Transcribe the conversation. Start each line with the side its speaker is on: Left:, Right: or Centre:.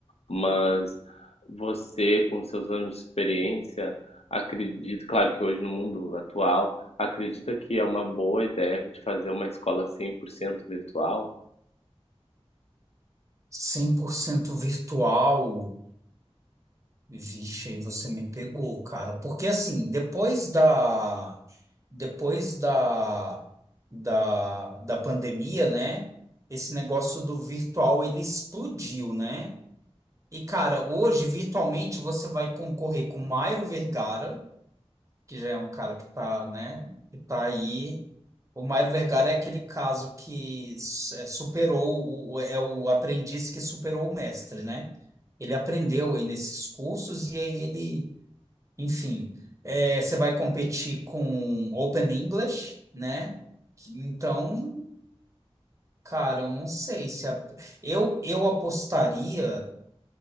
Left: Mas você, com seus anos de experiência, acredito, claro que hoje no mundo atual, acredita que é uma boa ideia a gente fazer uma escola 100% virtual?
Right: 100% virtual. Vixe, aí você me pegou, cara. Porque, assim, depois da. Depois da. Da, da pandemia, né? Esse negócio do virtual ele explodiu, né? E, cara, hoje, virtualmente, você vai concorrer com Mairo Vergara. que já é um cara que tá, né, que tá aí. O Mário Vergara é aquele caso que s- é, superou, o, o- é é o aprendiz que superou o mestre, né? Ele aprendeu aí nesses cursos e aí ele, enfim, é, você vai competir com Open English, né? Que- Então, cara, eu não sei se a- eu, eu apostaria